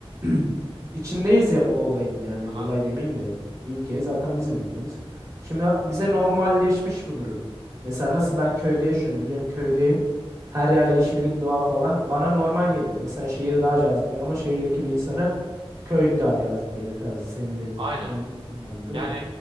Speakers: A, on the right; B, on the right.
A: <clears throat> içindeyiz ya bu olayın yani
B: Ha,
A: olay demeyeyim de ülke zaten bizim ülkemiz. Şimdi bize normalleşmiş bu durum. Mesela nasıl ben köyde yaşıyorum biliyorsun köydeyim. Her yer yeşillik, doğa falan bana normal geliyor. Mesela şehir daha cazip geliyor ama şehirdeki bir insanı köy daha cazip geliyor tarzı senin dedin.
B: Aynen.
A: An- Anladın
B: Yani
A: mı?